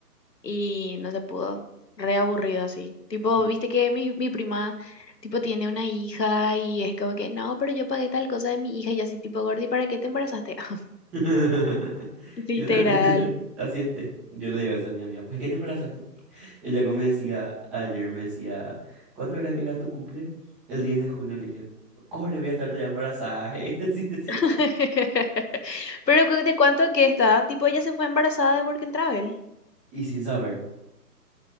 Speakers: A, on the left; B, in the centre.
A: y no se pudo. Re aburrido así. Tipo,
B: Yo
A: viste que mi, mi prima, tipo, tiene una hija y es como que, no, pero yo pagué tal cosa de mi hija y yo así, tipo, Gordi, ¿para qué te embarazaste? <laughs>
B: <laughs>
A: Literal.
B: Yo ta- <laughs> así esté. Yo le digo eso a mi amiga, ¿para qué te embarazaste? Ella como me decía ayer, me decía, ¿cuándo era que era tu cumple? El 10 de junio le dije, corre, voy a estar ya embarazada. <laughs> así decía.
A: <laughs> Pero cu- ¿de cuánto que está? Tipo, ella se fue embarazada de Work and Travel.
B: Y sin saber,